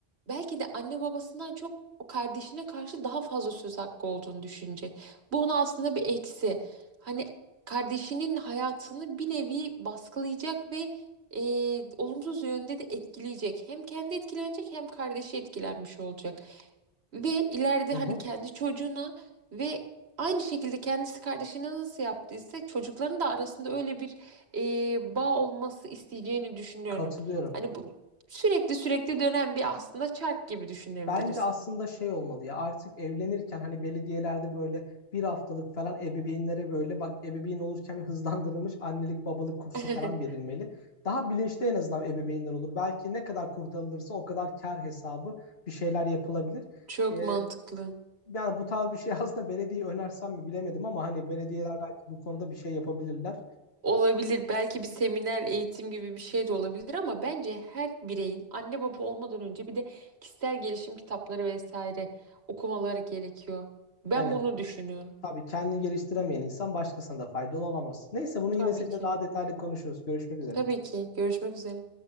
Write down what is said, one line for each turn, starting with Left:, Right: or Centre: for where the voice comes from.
Right: belki de anne babasından çok o kardeşine karşı daha fazla söz hakkı olduğunu düşünecek. Bu ona aslında bir eksi. Hani kardeşinin hayatını bir nevi baskılayacak ve e, olumsuz yönde de etkileyecek. Hem kendi etkilenecek hem kardeşi etkilenmiş olacak. Ve ileride
Left: hı
Right: hani
Left: hı.
Right: kendi çocuğuna ve Aynı şekilde kendisi kardeşine nasıl yaptıysa çocukların da arasında öyle bir e, bağ olması isteyeceğini düşünüyorum.
Left: Katılıyorum.
Right: Hani bu sürekli sürekli dönen bir aslında çark gibi düşünebiliriz.
Left: Bence aslında şey olmalı ya artık evlenirken hani belediyelerde böyle bir haftalık falan ebeveynlere böyle bak ebeveyn olurken <laughs> hızlandırılmış annelik babalık kursu
Right: <laughs>
Left: falan verilmeli. Daha bilinçli en azından ebeveynler olur. Belki ne kadar kurtarılırsa o kadar kar hesabı bir şeyler yapılabilir.
Right: Çok
Left: Ee,
Right: mantıklı.
Left: yani bu tarz bir şey <laughs> aslında belediye önersem mi bilemedim ama hani belediyeler belki bu konuda bir şey yapabilirler.
Right: Olabilir. Belki bir seminer, eğitim gibi bir şey de olabilir ama bence her bireyin anne baba olmadan önce bir de kişisel gelişim kitapları vesaire okumaları gerekiyor. Ben
Left: Evet.
Right: bunu düşünüyorum.
Left: Tabii kendini geliştiremeyen insan başkasına da faydalı olamaz. Neyse bunu
Right: Tabii
Left: yine seninle
Right: ki.
Left: daha detaylı konuşuruz. Görüşmek üzere.
Right: Tabii ki. Görüşmek üzere.